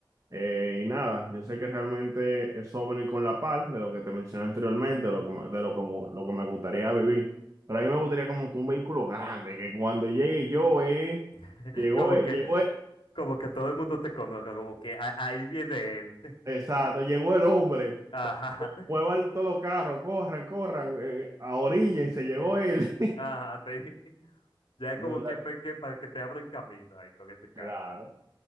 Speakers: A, on the right (about 40°); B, on the left (about 75°).
A: Eh, y nada, yo sé que realmente eso va a venir con la par de lo que te mencioné anteriormente, de lo que, me- de lo, como, lo que me gustaría vivir. Pero a mí me gustaría como que un vehículo grande, que cuando llegue yo, eh,
B: <laughs>
A: llegó,
B: Como
A: eh,
B: que,
A: llegó, eh,
B: como que todo el mundo te conozca, como que "Ah, ahí viene él.
A: exacto, llegó el hombre,
B: <laughs>
A: Pu- muevan
B: Ajá.
A: todos los carros, corran, corran, eh, a orilla y se llegó él. <laughs>
B: Ajá, sí. <laughs> Ya es
A: No,
B: como
A: la-
B: que, pe- que para que te abran camino ahí con ese carro.
A: Claro.